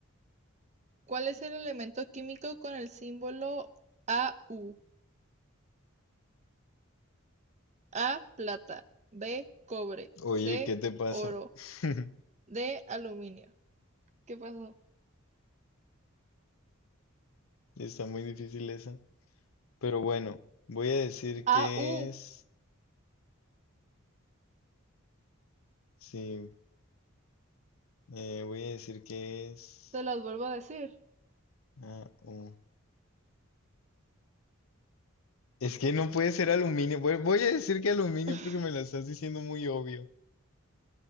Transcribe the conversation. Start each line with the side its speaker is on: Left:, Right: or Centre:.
Right: ¿cuál es el elemento químico con el símbolo AU? A, plata. B, cobre.
Left: Oye,
Right: C,
Left: ¿qué te pasa?
Right: oro.
Left: <laughs>
Right: D, aluminio. ¿Qué pasó?
Left: Está muy difícil esa. Pero bueno, voy a decir que
Right: AU,
Left: es. Sí, eh, voy a decir que es.
Right: te las vuelvo a decir.
Left: Ah, oh. Es que no puede ser aluminio. Voy, voy a decir que aluminio
Right: <laughs>
Left: porque me lo estás diciendo muy obvio.